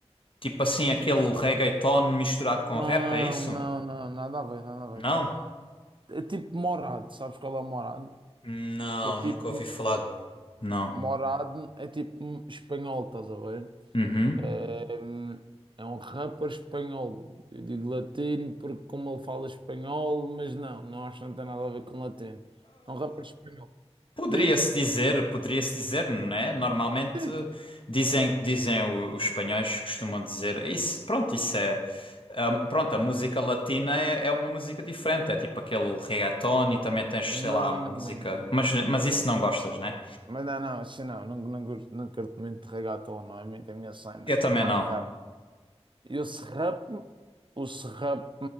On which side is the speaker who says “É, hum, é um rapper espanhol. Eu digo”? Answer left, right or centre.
Right